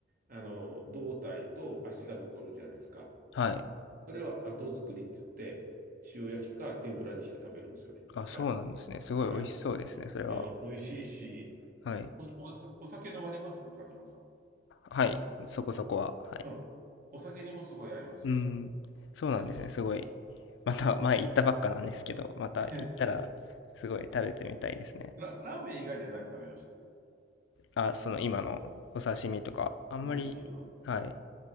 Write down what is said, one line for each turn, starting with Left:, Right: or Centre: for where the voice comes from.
Right: あの、胴体と足が残るじゃないですか。
Left: はい。
Right: それは後作りって言って、塩焼きか天ぷらにして食べるんですよね、
Left: あ、
Right: 最後。
Left: そうなんですね。すごい美味しそうですね、
Right: はい。
Left: それは。
Right: いや、美味しいし、
Left: はい。
Right: お、おさ、お酒飲まれます中島さん。
Left: はい。そこそこは。はい。
Right: うん。お酒にもすごい合いますよ。
Left: うん。そうなんですね。すごい。また前行ったばっかなんですけど、また行ったらすごい食べてみたいですね。
Right: <laughs> ラ、ラーメン以外には何食べました
Left: あ、その今のお刺身とか、あんまり、
Right: お刺身。うん。
Left: はい。